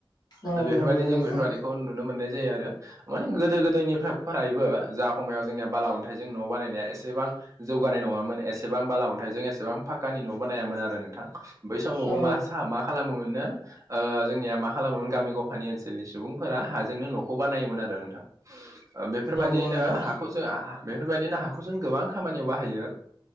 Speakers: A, on the left (about 50°); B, on the right (about 35°).
A: औ
B: बेफोरबायदिनो
A: नंगौ
B: जों
A: नोंथां
B: बेफोरबायदिखौ नुनो मोननाय जायो आरो माने गोदो गोदायनि फ्रायबो जा खमायाव जोंनिया बाला अन्थाइजों न' बानायनाया एसेबां जौगानाय नंङामोन एसेबां बाला अन्थाइजों एसेबां फाकानि न' बानायामोन आरो नोंथां बै समावबो
A: औ
B: मा सा मा खालामोमोननो ओ जोंनिया मा खालामोमोन गामि गफानि ओनसोलनि सुबुंफोरा हाजोंनो न'खौ बानायोमोन आरो नोंथां ओ बेफोरबायदियैनो
A: नंगौ नोंथां
B: हाखौ जों बेफोरबायदिनो हाखौ जों गोबां खामानियाव बाहायो